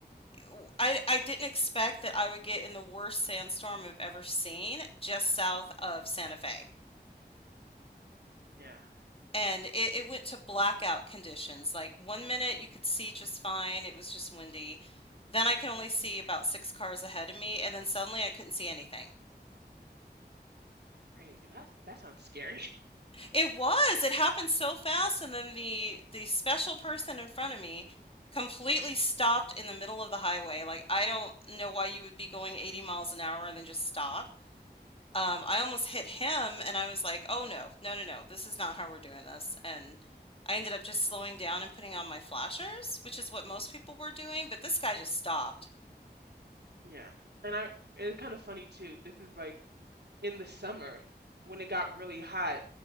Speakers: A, on the left; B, on the right.
A: I I I didn't expect that I would get in the worst sandstorm I've ever seen just south of Santa Fe.
B: yeah,
A: And it, it went to blackout conditions. Like one minute you could see just fine, it was just windy. Then I could only see about six cars ahead of me, and then suddenly I couldn't see anything.
B: crazy. That that sounds scary. <laughs>
A: It was, it happened so fast, and then the the special person in front of me completely stopped in the middle of the highway. Like I don't know why you would be going 80 miles an hour and then just stop. Um, I almost hit him and I was like, "Oh no. No, no, no. This is not how we're doing this." And I ended up just slowing down and putting on my flashers, which is what most people were doing, but this guy just stopped.
B: Yeah, and I and it's kind of funny too. This is like in the summer when it got really hot.